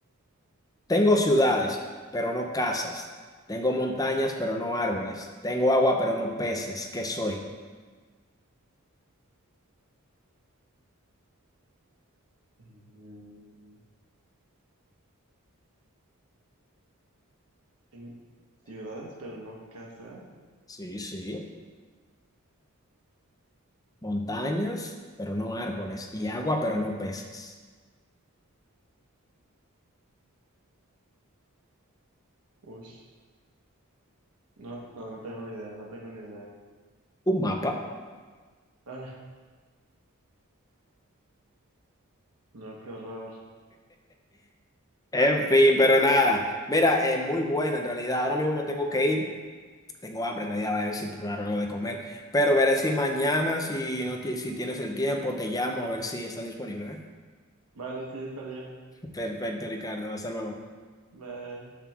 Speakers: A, on the left (about 15°); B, on the right (about 90°).
A: tengo ciudades, pero no casas. Tengo montañas, pero no árboles. Tengo agua, pero no peces. ¿Qué soy?
B: Mm, tengo ciudades, pero no casas.
A: Sí, sí. Montañas, pero no árboles. Y agua, pero no peces.
B: Ush. No, no, no tengo ni idea, no tengo ni idea.
A: Un mapa.
B: Ah, no, qué horror.
A: En fin, pero nada. Mira, es muy buena en realidad. Ahora mismo me tengo que ir. Tengo hambre, en realidad, voy a ver si probar algo de comer. Pero veré si mañana, si no ti- si tienes el tiempo, te llamo a ver si está disponible, ¿eh?
B: Vale, sí, está bien.
A: Perfecto, Ricardo. Hasta luego.
B: Bye.